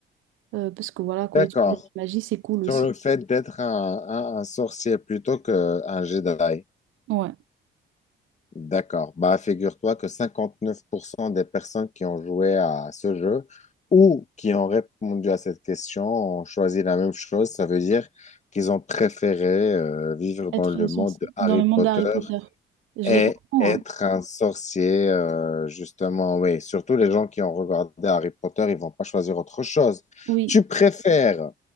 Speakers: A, on the right; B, on the left.
A: Euh, parce que voilà quoi.
B: D'accord,
A: Utiliser la magie, c'est cool
B: sur
A: aussi.
B: le fait d'être un, un- un sorcier plutôt qu'un Jedi.
A: Ouais.
B: D'accord. Bah, figure-toi que 59% des personnes qui ont joué à ce jeu ou qui ont répondu à cette question ont choisi la même chose. Ça veut dire qu'ils ont préféré euh, vivre dans
A: Être
B: le
A: sorcier
B: monde de Harry
A: dans le
B: Potter
A: monde d'Harry Potter. Je
B: et
A: les comprends,
B: être
A: hein.
B: un sorcier, euh, justement. Oui, surtout les gens qui ont regardé Harry Potter, ils vont pas choisir autre chose.
A: Oui,
B: Tu préfères